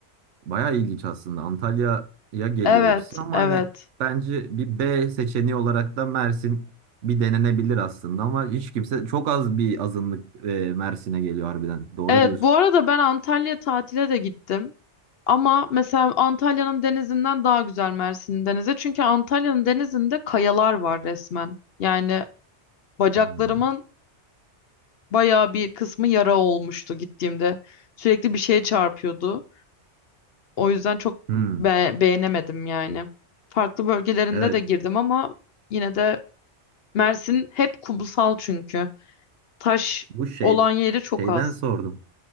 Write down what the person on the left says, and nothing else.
Evet,
evet.
Evet,
bu arada ben Antalya tatile de gittim. Ama mesela Antalya'nın denizinden daha güzel Mersin'in denizi. Çünkü Antalya'nın denizinde kayalar var resmen. Yani Bacaklarımın
bayağı bir kısmı yara olmuştu gittiğimde. Sürekli bir şeye çarpıyordu. O yüzden çok
be- beğenemedim yani. Farklı bölgelerinde
de girdim ama yine de Mersin hep kumsal çünkü. Taş
olan yeri çok
az.